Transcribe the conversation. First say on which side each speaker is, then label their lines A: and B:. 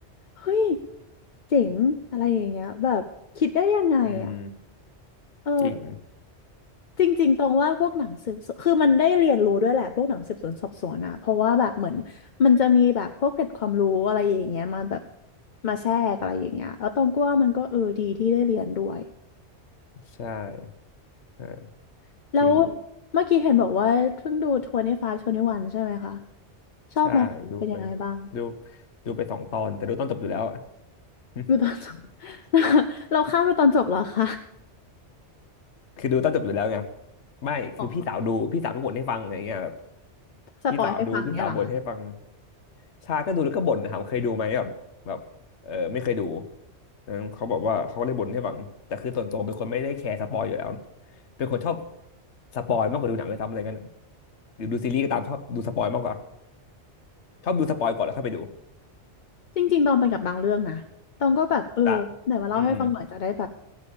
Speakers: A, on the left (about 50°); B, on the left (about 75°).
A: เฮ้ยเจ๋งอะไรอย่างเงี้ยแบบคิดได้ยังไงอะ
B: อืม
A: เออ
B: จริง
A: จริงๆตรงว่าพวกหนังสืบสวนคือมันได้เรียนรู้ด้วยแหละพวกหนังสืบสวนสอบสวนอะเพราะว่าแบบเหมือนมันจะมีแบบพวกเกร็ดความรู้อะไรอย่างเงี้ยมาแบบมาแทรกอะไรอย่างเงี้ยแล้วตรงก็ว่ามันก็เออดีที่ได้เรียนด้วย
B: ใช่ใช่
A: แล้ว
B: จริง
A: เมื่อกี้เห็นบอกว่าเพิ่งดู25 21ใช่ไหมคะชอบไหมคะเป็นยังไงบ้าง
B: ใช่ ดูไป ดูดูไปสองตอน แต่ดูตอนจบอยู่แล้วอ่ะ <laughs>
A: ดูตอนจบ <laughs> เราข้ามไปตอนจบเหรอคะ
B: คือดูตอนจบอยู่แล้วไงไม่คือพี่สาวดูพี่สาวก็บ่นให้ฟังอะไรเงี้ยแบบ
A: อ๋อสปอยให้ฟังเนี่ยเหรอคะ
B: พี่สาวดูพี่สาวบ่นให้ฟังชาก็ดูแล้วก็บ่นถามเคยดูไหมแบบแบบเออไม่เคยดูนะเขาบอกว่าเขาก็เลยบ่นให้ฟังแต่คือส่วนตัวเป็นคนไม่ได้แคร์สปอยอยู่แล้ว เป็นคนชอบสปอยมากกว่าดูหนังเลยทำอะไรกันหรือดูซีรีส์ก็ตามชอบดูสปอยมากกว่า ชอบดูสปอยก่อนแล้วค่อยไปดู
A: จริงๆ ตองไปกับบางเรื่องนะตองก็แบบ เออไหนมาเล่าให้ฟังหน่อยจะได้แบบ
B: แต่อืม